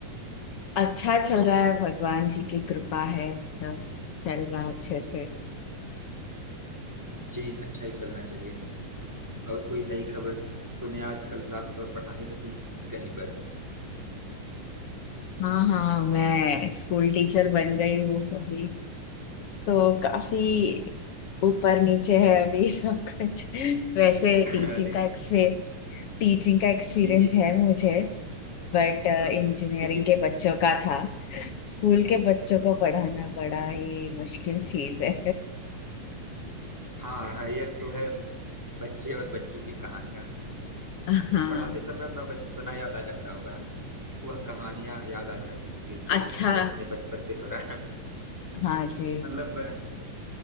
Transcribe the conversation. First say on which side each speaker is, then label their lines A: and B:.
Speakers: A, on the left (about 65°); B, in the centre.
A: अच्छा चल रहा है भगवान जी की कृपा है सब चल रहा है अच्छे से
B: जी अच्छा ही चलना चाहिए और कोई नई खबर सुने आजकल आप पढ़ाने लगी हैं कहीं पर
A: हाँ हाँ मैं स्कूल टीचर बन गई हूँ अभी तो काफी ऊपर नीचे है अभी सब कुछ <laughs> वैसे
B: <laughs>
A: टीचिंग
B: अरे
A: का एक्सपे टीचिंग का एक्सपीरियंस
B: जी जी
A: है मुझे बट
B: हम्म
A: इंजीनियरिंग
B: हम्म, जी जी
A: के बच्चों का था स्कूल के बच्चों को पढ़ाना बड़ा ही मुश्किल चीज है
B: हाँ हाँ यह तो है हम्म, बच्चे और बच्चों की कहानियां
A: <laughs> हाँ
B: अब पढ़ाते समय अपना बचपना याद आ जाता होगा वह कहानियां याद आ जाती होंगी जो
A: अच्छा
B: हमने अपने बचपन के दौरान
A: हाँ जी
B: <laughs> मतलब वह